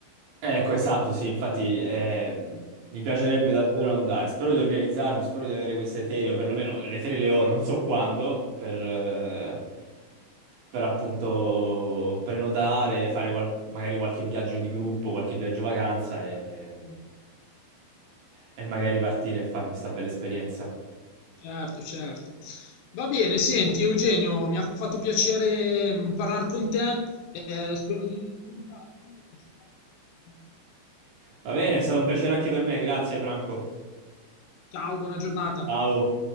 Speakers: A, on the right; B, on the left.
A: Ecco, esatto, sì, infatti ehm, mi piacerebbe davvero andare. Spero di organizzarmi, spero di avere queste ferie, o perlomeno le ferie le ho, non so quando, per, eh, per appunto prenotare, fare qual- magari qualche viaggio di gruppo, qualche viaggio vacanza e, e magari partire e farmi sta bella esperienza.
B: Certo, certo. Va bene, senti Eugenio, mi ha fatto piacere mm, parlare con te, eh, spero di rincontrarti e ci vediamo alla prossima.
A: Va bene, è stato un piacere anche per me, grazie Franco.
B: Ciao, buona giornata.
A: Ciao.